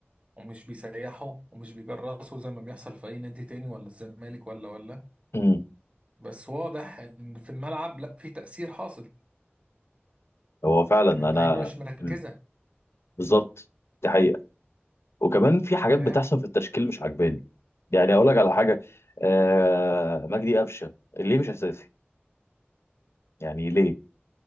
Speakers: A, on the right (about 30°); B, on the left (about 80°).
A: ومش بيسيحوا ومش بيجرسوا زي ما بيحصل في أي نادي تاني ولا الزمالك ولا ولا
B: امم
A: بس واضح إن في الملعب لأ في تأثير حاصل
B: هو فعلا
A: اللعيبة
B: انا
A: مش مركزة
B: مم. بالظبط دي حقيقة وكمان في حاجات
A: فاهم
B: بتحصل في التشكيل مش عجباني يعني اقول لك على حاجة آه مجدي قفشة ليه مش اساسي يعني ليه